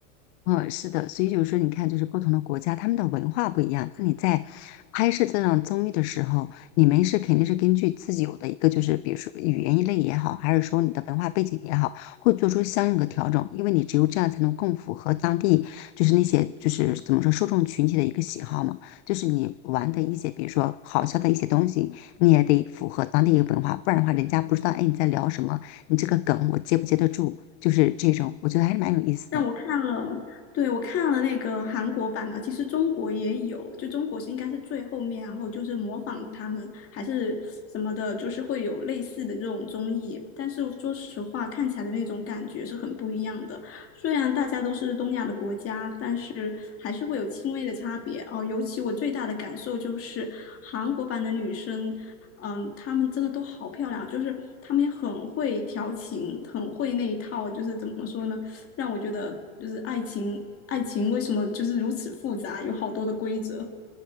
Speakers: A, on the left (about 55°); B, on the left (about 35°).
A: 嗯，是的，所以就是说，你看，就是不同的国家，他们的文化不一样。那你在拍摄这档综艺的时候，你们是肯定是根据自己有的一个，就是比如说语言一类也好，还是说你的文化背景也好，会做出相应的调整，因为你只有这样才能更符合当地就是那些就是怎么说受众群体的一个喜好嘛。就是你玩的一些，比如说好笑的一些东西，你也得符合当地一个文化，不然的话，人家不知道哎你在聊什么，你这个梗我接不接得住，就是这种，我觉得还是蛮有意思的。
B: 但我看了，对，我看了那个韩国版的，其实中国也有，就中国是应该是最后面，然后就是模仿他们还是什么的，就是会有类似的这种综艺。但是说实话，看起来的那种感觉是很不一样的。虽然大家都是东亚的国家，但是还是会有轻微的差别哦。尤其我最大的感受就是韩国版的女生。嗯，她们真的都好漂亮，就是她们也很会调情，很会那一套，就是怎么说呢？让我觉得就是爱情，爱情为什么就是如此复杂，有好多的规则，